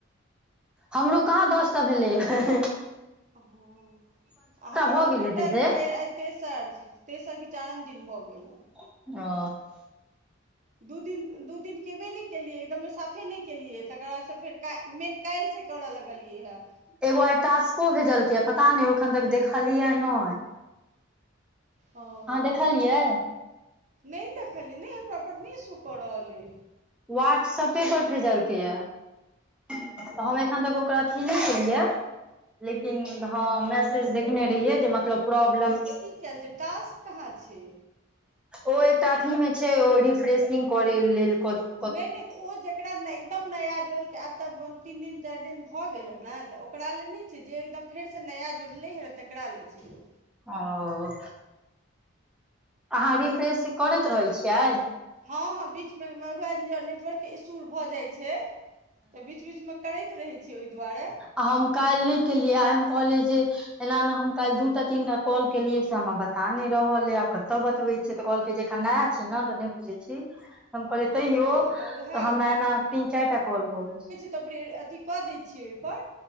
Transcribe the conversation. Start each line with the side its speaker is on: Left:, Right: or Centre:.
Centre: हमरो कहाँ दस टा भेलैये।
Right: ओ। आ हमर
Centre: भऽ
Right: तऽ बुझियौ
Centre: गेल हेतै
Right: टाइमो
Centre: से
Right: इ आइ तेसर तेसर कि चारिम दिन भऽ गेल हँ।
Centre: ओ।
Right: दू दिन दू दिन केबे नहि केलियै एकदम साफे नहि केलियै तकर बादसँ फेर मेन काल्हि से करऽ लगलियै ह
Centre: एगो आइ टास्को भेजलकै पता नहि एखन तक देखलियै नै।
Right: ओ,
Centre: देखलियै
Right: नै देखलियै नहि हमरा पर नहि शो कऽ रहल अइ।
Centre: व्हाट्सएपे पर भेजलकै ये त
Right: ओ
Centre: हम एखन तक ओकरा फिल नै केलियै। लेकिन हँ मैसेज देखने रहियै जे मतलब प्रॉब्लम
Right: कल छै टास्क कहाँ छै।
Centre: ओ एकटा अथी मे छै ओ रिफ्रेशिंग करै लेल कथी
Right: नै-नै तऽ ओ जेकरा नै एकदम नया जोड़ल कै आब तऽ तीन दिन चार दिन भ गेल हे नै तऽ ओकरा ले नै छै जे एकदम फेर से नया जुड़लै हें नै तकरा लै छै उ।
Centre: औ अहाँ रिफ्रेश करैत रहै छियै?
Right: हां-हां बीच मे मे वैह जे नेटवर्क के इश्यू भऽ जाए छै तऽ बीच-बीच मे करैत रहै छीयै ओय दुआरे
Centre: आ हम काएल नै केलियै, आइ हम कहलिए जे एना में हम काएल दूटा तीनटा कॉल केलियै से हमरा बता नै रहल यै कतय बतबै से तऽ कहलकै जे ऐखन नया छी नै तऽ नै बुझय छी। हम कहलिए
Right: हँ
Centre: तईयो
Right: हँ
Centre: तऽ
Right: उएह
Centre: हमरा एना तीन चारटा कॉल भऽ गेल छै।
Right: त <unintelligible> अथी कऽ दै छियै ए पर